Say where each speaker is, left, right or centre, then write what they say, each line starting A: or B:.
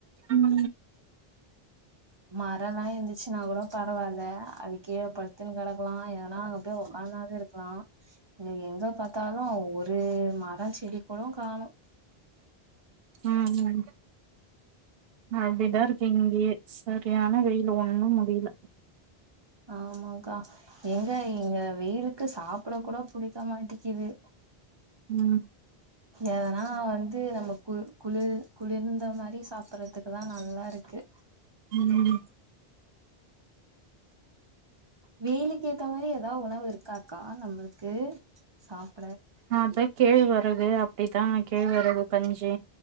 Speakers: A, on the right; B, on the right.
A: ம்
B: மா லாம் இருந்திரிச்சி நா கூட பா பரவால்ல அதுகில்ல படுத்துன்னு கெடக்கலா இல்லன்னா அங்க போய் உக்காந்தாது இருக்கலா இங்க எங்க பாத்தாலு ஒரு மரோ செடி கூட காணோ
A: ம்ம் ம்ம் அப்டிதா
B: ம்
A: இருக்கு இங்கயே சரியான வெயிலு ஒண்ணு முடில
B: ஆமாக்கா எங்க எங்க வெயிலுக்கு சாப்ட கூட புடிக்க மாடிங்குது
A: ம்
B: எதனா வந்து நம்ம கு குளிர் குளிர்ந்த மாரி சாப்ட்றதுக்குதா நல்லா இருக்கு
A: ம்ம்
B: வெயிலுக்கு ஏத்த மாரி ஏதா உணவு இருக்காக்கா நம்மளுக்கு சாப்
A: அதா கேழ்வ து அப்டித்தா கேழ்வரகு கஞ்சி